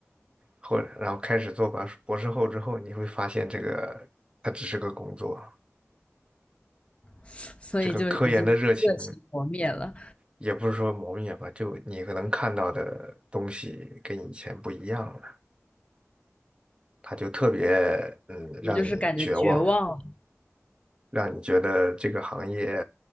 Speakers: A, on the right; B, on the left.
A: 或然后开始做博士博士后之后，你会发现这个它只是个工作。
B: <tsk> 所以就已经热情磨灭了，
A: 这个科研的热情。也不是说磨灭吧，就你可能看到的东西跟以前不一样了，它就特别嗯，
B: 我就是感觉绝望了。
A: 让你绝望，让你觉得这个行业